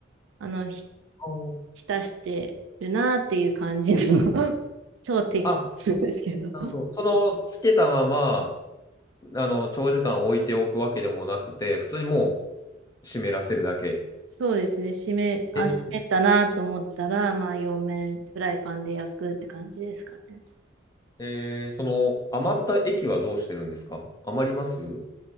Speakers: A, on the right; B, on the left.
A: あの、ひ、
B: お
A: 浸してるなっていう感じの <laughs> 超適当ですけど。
B: あ、なるほど。その、つけたまま、あの、長時間置いておくわけでもなくて、普通にもう湿らせるだけ。
A: そうですね。締め、あ、
B: えー
A: 締めたなと思ったら、まあ、両面フライパンで焼くって感じですかね。
B: えーその、余った液はどうしてるんですか余ります